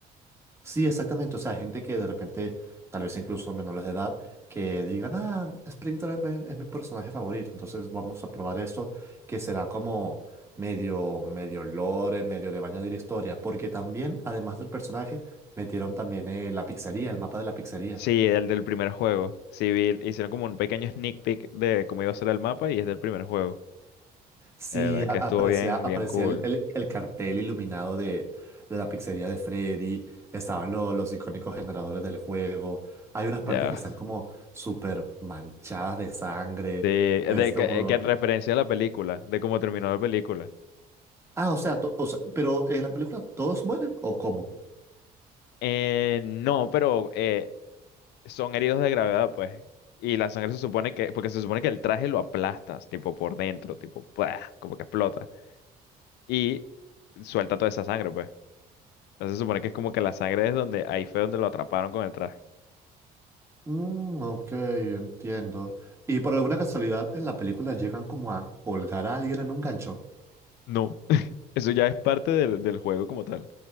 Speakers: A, on the right; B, on the left.
A: Sí, exactamente. O sea, gente que de repente, tal vez incluso menores de edad, que digan, ah, Splinter es mi, es mi personaje favorito, entonces vamos a probar esto, que será como medio, medio lore, medio le van a añadir historia, porque también, además del personaje, metieron también eh, la pizzería, el mapa de la pizzería.
B: Sí, el del primer juego. Sí, vi- hicieron como un pequeño sneak peek de cómo iba a ser el mapa y es del primer juego.
A: Sí,
B: La verdad que
A: a-
B: estuvo
A: aparecía,
B: bien,
A: aparecía
B: bien cool.
A: el, el- el cartel iluminado de, de la pizzería de Freddy, estaban lo- los icónicos generadores del juego, hay unas
B: Ya.
A: partes que están como súper manchadas de sangre,
B: Sí, eh,
A: es
B: de,
A: como...
B: que, eh, que en referencia a la película, de cómo terminó la película.
A: Ah, o sea,
B: Ya.
A: to- o sea, pero en la película todos mueren o cómo?
B: Eh, no, pero eh, son heridos de gravedad, pues. Y la sangre se supone que, porque se supone que el traje lo aplastas, tipo por dentro, tipo, ¡pua! como que explota. Y suelta toda esa sangre, pues. Entonces se supone que es como que la sangre es donde, ahí fue donde lo atraparon con el traje.
A: Mm, ok, entiendo. Y por alguna casualidad en la película llegan como a colgar a alguien en un gancho.
B: No, <laughs> eso ya es parte del, del juego como tal.